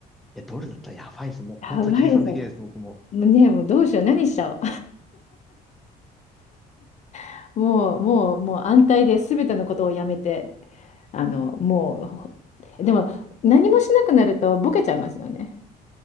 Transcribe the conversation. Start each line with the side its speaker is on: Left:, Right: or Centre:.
Centre: や、ドルだったらやばいです。もう本当に計算できないです、
Left: やばいですよね。
Centre: 僕も。
Left: もうね、もうどうしよう、何しちゃおう。<laughs> もう、もう、もう安泰で全てのことをやめて、あの、もう、ほでも何もしなくなるとボケちゃいますよね。